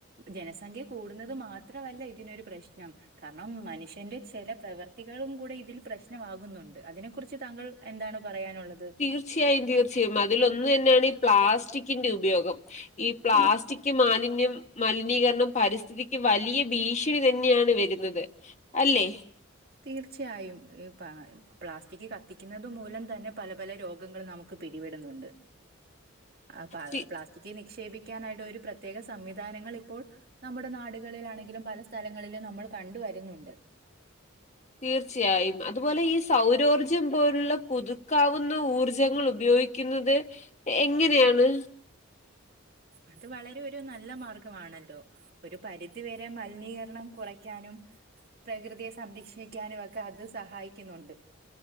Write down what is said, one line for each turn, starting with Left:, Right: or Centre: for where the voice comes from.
Right: ജനസംഖ്യ കൂടുന്നത് മാത്രമല്ല ഇതിനൊരു പ്രശ്നം കാരണം മനുഷ്യന്റെ ചെല പ്രവർത്തികളും കൂടെ ഇതിൽ പ്രശ്നമാകുന്നുണ്ട് അതിനെ കുറിച്ച് താങ്കൾ എന്താണ് പറയാനുള്ളത്
Left: തീർച്ചയായും തീർച്ചയായും അതിലൊന്നു തന്നെയാണ് ഈ പ്ലാസ്റ്റിക്കിന്റെ ഉപയോഗം ഈ പ്ലാസ്റ്റിക് മാലിന്യം മലിനീകരണം പരിസ്ഥിതിക്ക് വലിയ ഭീഷണി തന്നെയാണ് വരുന്നത് അല്ലേ
Right: തീർച്ചയായും ഈ പാ പ്ലാസ്റ്റിക് കത്തിക്കുന്നുന്നത് മൂലം തന്നെ പല പല രോഗങ്ങൾ നമു ക്ക് പിടിപെടുന്നുണ്ട് ആ
Left: തി
Right: പ്ലാസ്റ്റിക്ക നിക്ഷേപി ക്കാനായിട്ട ഒരു പ്രത്യേക സംവിധാനങ്ങളിപ്പോൾ നമ്മുടെ നാടുകളിലാണെങ്കിലും പല സ്ഥലങ്ങളിലും നമ്മൾ കണ്ട വരുന്നുണ്ട്
Left: തീർച്ചയായും അതുപോലെ ഈ സൗരോർജം പോലുള്ള പുതുക്കാവുന്ന ഊർജ്ജങ്ങൾ ഉപയോഗിക്ക ക്കുന്നത് എങ്ങനെയാണ്
Right: അത് വളരെ ഒരു നല്ല മാർഗമാണല്ലോ ഒരു പരിധിവരെ മലിനീകരണം കുറയ്ക്കാനും പ്രകൃതിയെ സംരക്ഷിക്കാനും ഒക്കെ അത് സഹായിക്കുന്നുണ്ട്